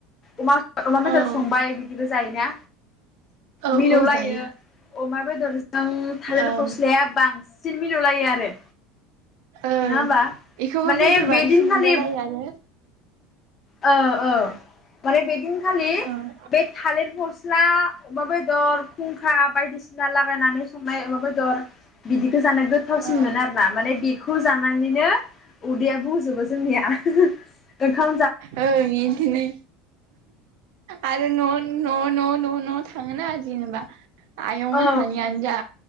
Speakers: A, on the left; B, on the right.
A: अमा अमा बेदर
B: ओं
A: संबाय बिदि जायोना
B: औ
A: मिलौलायो
B: औ जायो
A: अमा बेदरजों थालिर
B: ओं
A: फस्लाया बां सिन मिलौ लायो आरो
B: ओं
A: नङा होमबा
B: बेखौबो
A: माने
B: बेदर
A: बे
B: बाददिसो
A: दिनखालि
B: मोनजालालाङो
A: औ औ माने बेदिनखालि
B: ओं
A: बे थालिर फस ला अमा बेदर था बायदिसिना लागायनानै सं लाय अमा बेदर बिदिखौ जाना गोथावसिन
B: ओं
A: मोनो आरोना माने बेखौ जानानैनो उदैया जोबो जोंनिया बेखां
B: ओं बिदिनो आरो न' न' न' न' न'आव थाङोना जेनेबा आयंमोन
A: औ
B: हानि आनोजा